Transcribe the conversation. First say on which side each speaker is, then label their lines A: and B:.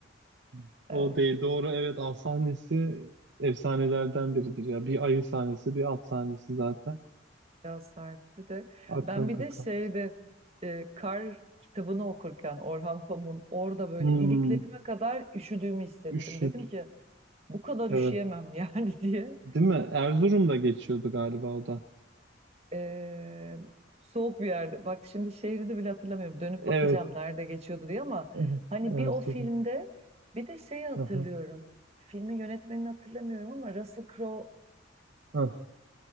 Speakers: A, on the right (about 60°); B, on the right (about 30°).
A: <laughs> o
B: Evet,
A: değil doğru evet at sahnesi efsanelerden biridir ya bir ayı sahnesi bir at sahnesi zaten
B: biraz sertti de.
A: akılda
B: Ben bir de
A: kal.
B: şeyde e, kar kitabını okurken Orhan Pamuk'un orada böyle
A: Hmm,
B: iliklerime kadar üşüdüğümü hissettim.
A: Üşüt
B: Dedim ki bu kadar
A: evet
B: üşüyemem yani <laughs> diye.
A: değil mi Erzurum'da geçiyordu galiba o da
B: Ee, soğuk bir yerde. Bak şimdi şehri de bile hatırlamıyorum. Dönüp
A: evet
B: bakacağım nerede geçiyordu diye ama
A: Aha,
B: hani bir o
A: Erzurum
B: filmde bir de şeyi hatırlıyorum.
A: aha
B: Filmin yönetmenini hatırlamıyorum ama Russell Crowe'la
A: ah,